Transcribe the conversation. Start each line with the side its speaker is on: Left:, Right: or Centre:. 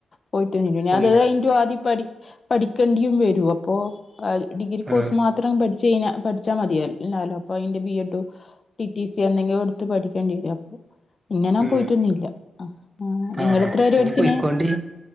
Left: പോയിട്ടൊന്നില്ല ഞ
Right: പോയില്ല
Left: അത് കഴിഞ്ഞിട്ട് ആദ്യം പഠി പഠിക്കേണ്ടിയും വരോ അപ്പൊ ആഹ് ഡിഗ്രി കോഴ്സ്
Right: ആഹ്
Left: മാത്രം പഠിച്ചഴ്ഞാ പഠിച്ചാൽ മതിയാലാലോ അപ്പൊ അതിന്റെ ബി എഡും ടി ടി സി എന്തെങ്കിലും എടുത്ത് പഠിക്കേണ്ടി വരും അപ്പൊ പിന്നെ ഞാൻ
Right: ഉം
Left: പോയിട്ടൊന്നില്ല ആഹ് നിങ്ങള്
Right: ആഹ്
Left: എത്ര വരെ
Right: ഇനി
Left: പഠിച്ചിന്
Right: പോയിക്കോണ്ടി